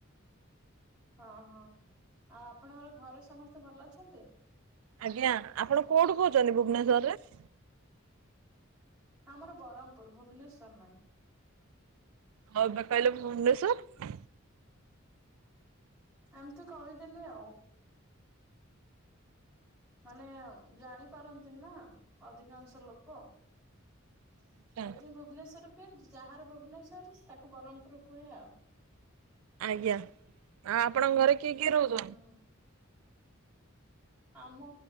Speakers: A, in the centre; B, on the right.
A: ହଁ ହଁ ଆଉ ଆପଣଙ୍କର ଘରେ ସମସ୍ତେ ଭଲ ଅଛନ୍ତି
B: ଆଜ୍ଞା ଆପଣ କୋଉଠୁ କହୁଚନ୍ତି ଭୁବନେଶ୍ଵର ରେ
A: ହଁ ଆମର ବରମପୁର ଭୁବନେଶ୍ଵର ନାହିଁ
B: ଆଉ ଏବେ କହିଲେ ଭୁବନେଶ୍ୱର।
A: ଏମତି କହିଦେଲି ଆଉ। ମାନେ ଜାଣି ପାରନ୍ତିନି ନା ଅଧିକାଂଶ ଲୋକ। ସେଥିିଁ
B: ଆଚ୍ଛା
A: ପାଇଁ ଭୁବନେଶ୍ଵର କୁହେ। ଯାହାର ଭୁବନେଶ୍ଵର ତାକୁ ବରମ୍ପୂର୍ କୁହେ ଆଉ।
B: ଆଜ୍ଞା ଆଉ ଆପଣଙ୍କ ଘରେ କିଏ କିଏ ରହୁଚ
A: ହୁଁ। ଆମ